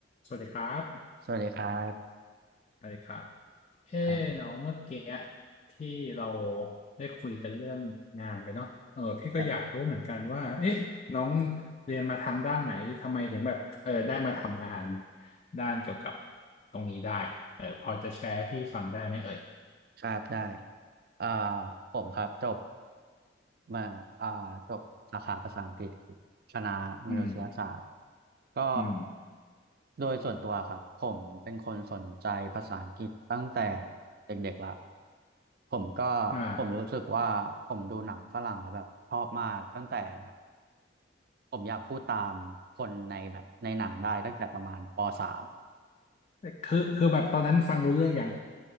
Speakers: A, on the left; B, on the right.
A: สวัสดีครับ
B: สวัสดีครับ
A: สวัสดีครับเอ้น้องเมื่อกี้
B: ครับ
A: ที่เราได้คุยกันเรื่องงานไปเนาะเออพี่ก็อยากรู้เหมือนกันว่าเอ๊ะน้อง
B: ครับ
A: เรียนมาทางด้านไหนทำไมถึงแบบเออได้มาทำงานด้านเกี่ยวกับตรงนี้ได้เออพอจะแชร์ให้พี่ฟังได้ไหมเอ่ย
B: ครับได้เอ่อผมครับจบมาอ่าจบสาขาภาษาอังกฤษคณะมนุษยศาสตร์
A: อืม
B: ก็
A: อืม
B: โดยส่วนตัวครับผมเป็นคนสนใจภาษาอังกฤษตั้งแต่เด็กๆละผมก็ผมรู้สึกว่าผมดูหนังฝรั่งแล้วแบบชอบมากตั้งแต่แบบ
A: อ่า
B: ผมอยากพูดตามคนในแบบในหนังได้ตั้งแต่ประมาณปสาม
A: คือคือแบบตอนนั้นฟังรู้เรื่องอย่าง